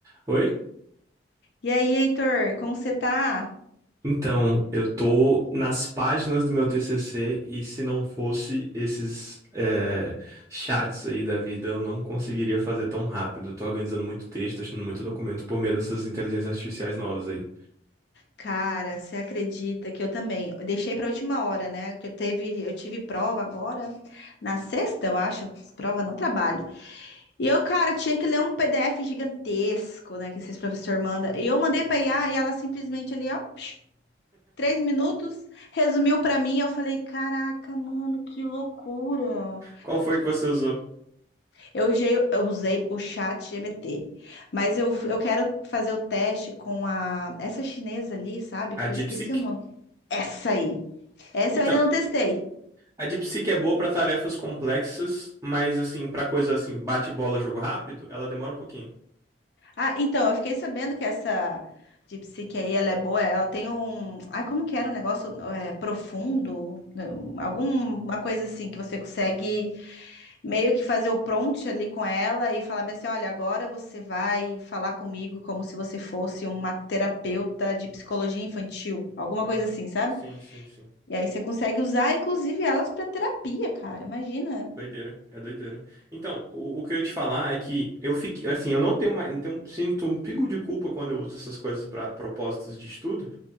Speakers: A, on the right; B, on the left.
A: Oi?
B: E aí, Heitor, como você tá?
A: Então, eu tô nas páginas do meu TCC e se não fosse esses eh, chats aí da vida, eu não conseguiria fazer tão rápido. Tô organizando muito texto, achando muito documento por meio dessas inteligências artificiais novas aí.
B: Cara, você acredita que eu também? Eu deixei para última hora, né? Que eu teve, eu tive prova agora na sexta, eu acho. Prova não trabalho. E eu, cara, tinha que ler um PDF gigantesco, né? Que esses professores mandam. E eu mandei para IA e ela simplesmente ali, ó, psh, três minutos, resumiu para mim. Eu falei, caraca, mano, que loucura!
A: Qual foi que você usou?
B: Eu usei, eu usei o chat GPT, mas eu, eu quero fazer o teste com a essa chinesa ali, sabe?
A: A
B: Que
A: DeepSeek?
B: eu esqueci o nome. Essa aí. Essa
A: Então,
B: eu ainda não testei.
A: a DeepSeek é boa pra tarefas complexas, mas assim, pra coisa assim, bate-bola, jogo rápido, ela demora um pouquinho.
B: Ah, então, eu fiquei sabendo que essa DeepSeek aí, ela é boa, ela tem um... Ai, como que era o negócio? É, profundo? Não, Alguma coisa assim que você consegue... meio que fazer o prompt ali com ela e falar bem assim: olha, agora você vai falar comigo como se você fosse uma terapeuta de psicologia infantil, alguma
A: Aham.
B: coisa assim, sabe?
A: Sim, sim, sim.
B: E aí você consegue usar, inclusive, elas para terapia, cara. Imagina.
A: Doideira, é doideira. Então, o, o que eu ia te falar é que eu fiquei, assim, eu não tenho mais, não tenho, sinto um pingo de culpa quando eu uso essas coisas para propósitos de estudo,